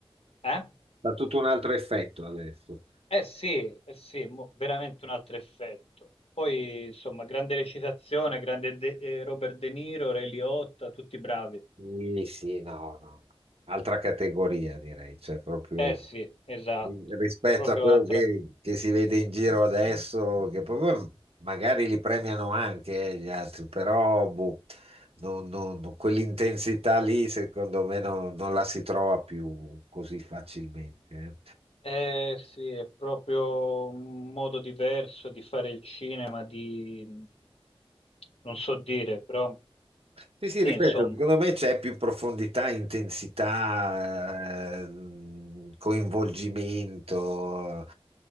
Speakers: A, on the left (about 80°); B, on the right (about 75°).
A: Eh?
B: Fa tutto un altro effetto adesso.
A: Eh sì, eh sì, mo- veramente un altro effetto. Poi, insomma, grande recitazione, grande De- eh, Robert De Niro, Ray Liotta, tutti bravi.
B: Sì, sì, no, no. Altra categoria direi, cioè proprio
A: Eh sì, esatto,
B: ri- rispetto
A: proprio
B: a quello
A: altra...
B: che, che si vede in giro adesso, che proprio magari li premiano anche eh, gli altri, però boh, non- non- non- quell'intensità lì secondo me non, non la si trova più così facilmente. eh.
A: Eh sì, è proprio un modo diverso di fare il cinema, di... non so dire, però
B: Sì, sì,
A: sì,
B: ripeto,
A: insomma.
B: secondo me c'è più profondità, intensità, eh, coinvolgimento.